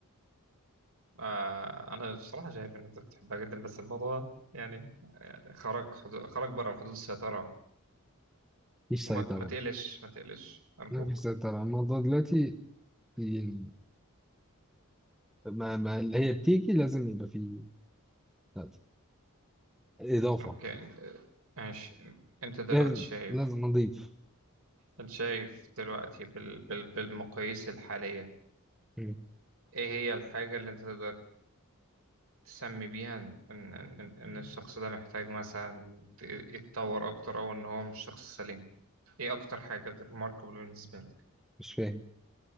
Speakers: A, on the right; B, in the centre.
A: آه، أنا بصراحة شايف إن أنت بتحبها جدا بس الموضوع يعني يعني خرج حدود... خرج بره حدود السيطرة
B: مفيش
A: وما
B: سيطرة
A: ما تقلش ما تقلش أرجوك
B: مفيش سيطرة الموضوع دلوقتي يعني ما, ما اللي هي بتيجي لازم يبقى فيه لا، إضافة
A: أوكي آه، ماشي أنت دلوقتي
B: لازم
A: شايف
B: لازم نضيف
A: انت شايف دلوقتي بال... بال... بالمقاييس الحالية
B: مم.
A: ايه هي الحاجة اللي انت تقدر تسمي بيها ان ان ان إن الشخص ده محتاج مثلا ت- يتطور اكتر او ان هو مش شخص سليم ايه اكتر حاجة ريماركبل بالنسبة لك
B: مش فاهم